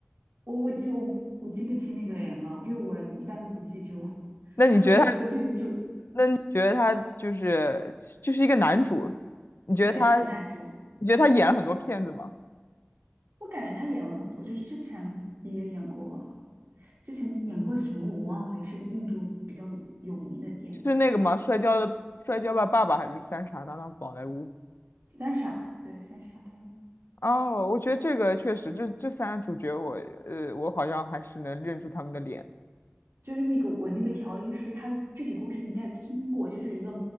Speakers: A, on the right (about 75°); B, on the left (about 65°).
A: 我我记我我记不清那个人了，因为我一般都不记住
B: <laughs>
A: <laughs>
B: 那你觉得他？
A: 他们的脸我都记不住。
B: 那你觉得他就是就是一个男主？你觉得他？
A: 对，是个男主，
B: 你觉得他演了很多骗子吗？
A: 我感觉他演了很多，就是之前也有演过，之前演过什么我忘了，也是印度比较有名的电影
B: 是那个吗？摔跤的摔跤吧爸爸还是三傻大闹宝莱坞？
A: 《三傻》。对，《三傻》他
B: 哦，我觉得这个确实，这这三个主角我，呃，我好像还是能认出他们的脸
A: 就是那个我那个调音师，他具体故事你应该也听过，就是一个